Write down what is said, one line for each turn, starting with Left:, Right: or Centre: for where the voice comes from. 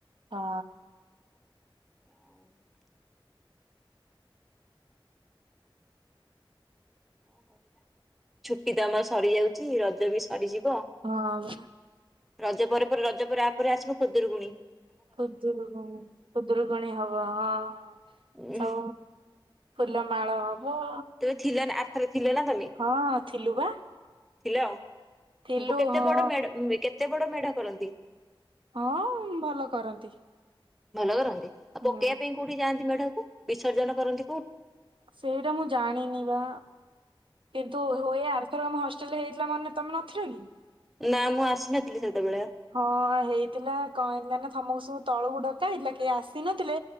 Right: ହଁ
Centre: ଆଉ କଣ ଛୁଟି ତ ଆମର ସରିଯାଉଛି ରଜ ବି ସରିଯିବ
Right: ହଁ
Centre: ରଜ ପରେ ପରେ ରଜ ପରେ ତା ପରେ ଆସିବ ଖୁଦୁରୁକଣୀ
Right: ଖୁଦରୁଗୁଣ ଖୁଦରୁ ଗୁଣୀ ହବା ହଁ
Centre: ଉଁ
Right: ସୁ ଫୁଲମାଳ ହବ
Centre: ତେ ଥିଲ ନା ଆର୍ଥ ଥିଲ ନା ତମେ
Right: ହଁ ଥିଲୁ ବା
Centre: ଥିଲା ଆଉ
Right: ଥିଲୁ
Centre: କେତେ
Right: ହଁ।
Centre: ବଡ ମଢ କେତେ ବଡ ମେଢା କରନ୍ତି
Right: ହଁ ଭଲ କରନ୍ତି
Centre: ଭଲ କରନ୍ତି ଆଉ
Right: ହୁଁ
Centre: ପକେଇବା ପାଇଁ କୋଉଠି ଯାଆନ୍ତି ମେଢାକୁ ବିସର୍ଜନ କରନ୍ତି କୋଉଠି
Right: ସେଇଟା ମୁଁ ଜାଣିନି ବା କିନ୍ତୁ ହୁଏ ଆର ରେମ ହଷ୍ଟେଲରେ ହେଇଥିଲା ମନେ ତମେ ନଥିଲ କି
Centre: ନା ମୁଁ ଆସିନଥିଲି ସେତେବେଳେ
Right: ହଁ ହେଇଥିଲା କଣ ହେଇଥିଲା ନା ତମକୁ ସବୁ ତଳକୁ ଡକା ହେଇଲା କେ ଆସିନଥିଲେ